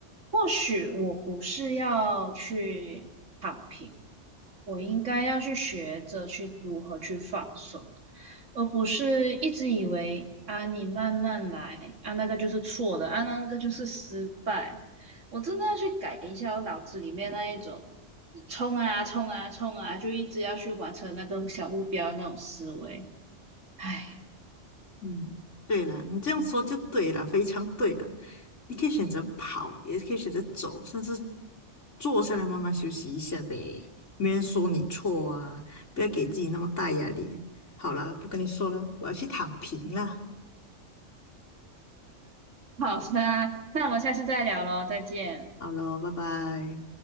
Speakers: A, on the right (about 80°); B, on the left (about 75°).
A: 或许我不是要去躺平，我应该要去学着去如何去放松，而不是一直以为啊你慢慢来啊那个就是错的啊那个就是失败，我真的要去改一下我脑子里面那一种冲啊冲啊冲啊，就一直要去完成那个小目标的那种思维，唉。
B: 嗯，对了，你这样说就对了，非常对了。你可以选择跑，也可以选择走，甚至坐下来慢慢休息一下呗。没人说你错啊，不要给自己那么大压力。好啦，不跟你说了，我要去躺平了。
A: 好的啊，那我们下次再聊喽，再见。
B: 好了，拜拜。